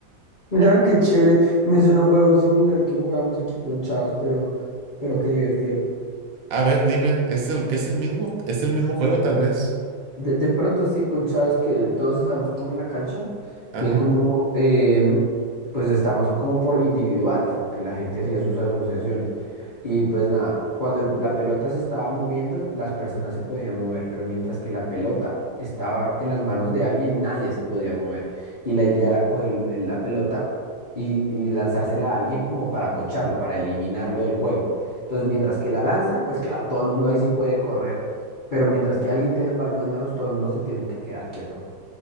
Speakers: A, on the left (about 40°); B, on the right (about 80°).
A: Ah, qué chévere. Me suena un juego similar que jugábamos aquí ponchados, pero, pero qué divertido.
B: A ver, dime, es el, es el mismo, es el mismo juego tal vez.
A: De, de pronto sí, ponchados que todos estamos como en la cancha
B: Ajá.
A: y hay como, em, pues estamos como por individuales, aunque la gente hacía sus asociaciones. Y pues nada, cuando el- la pelota se estaba moviendo, las personas se podían mover, pero mientras que la pelota estaba en las manos de alguien, nadie se podía mover. Y la idea era coger el- el- la pelota y, y lanzársela a alguien como para poncharlo, para eliminarlo del juego. Entonces, mientras que la lanza, pues claro, todo el mundo ahí sí puede correr. Pero mientras que alguien tiene el balón en las manos, todo el mundo se tiene que quedar quieto.